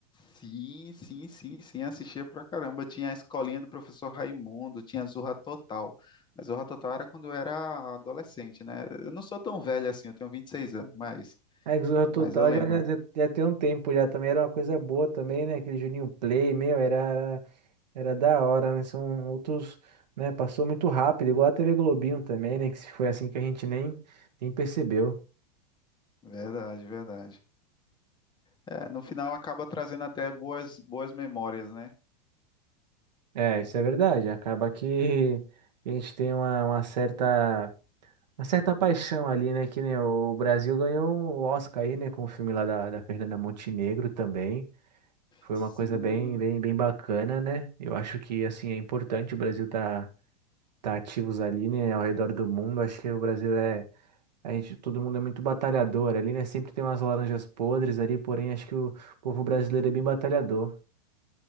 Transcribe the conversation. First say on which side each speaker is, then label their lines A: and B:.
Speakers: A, on the left; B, on the right.
A: Sim, sim, sim, sim, assistia pra caramba. Tinha a escolinha do professor Raimundo, tinha Zorra Total. Mas Zorra Total era quando eu era adolescente, né? Eu não sou tão velho assim, eu tenho 26 anos, mas,
B: A Exorra Total
A: mas eu lembro.
B: já, já, já, já tem um tempo já também, era uma coisa boa também, né? Aquele Juninho Play, meu, era. era. Era da hora, né? São outros, né? Passou muito rápido, igual a TV Globinho também, né? Que se foi assim que a gente nem, nem percebeu.
A: Verdade, verdade. É, no final acaba trazendo até boas, boas memórias, né?
B: É, isso é verdade. Acaba que a gente tem uma, uma certa, uma certa paixão ali, né? Que nem o Brasil ganhou o Oscar aí, né? Com o filme lá da, da Fernanda Montenegro também. Foi
A: Sim,
B: uma coisa bem, bem, bem bacana, né? Eu acho que, assim, é importante o Brasil tá, tá ativos ali, né? Ao redor do mundo. Acho que o Brasil é A gente, todo mundo é muito batalhador ali, né? Sempre tem umas laranjas podres ali, porém acho que o povo brasileiro é bem batalhador.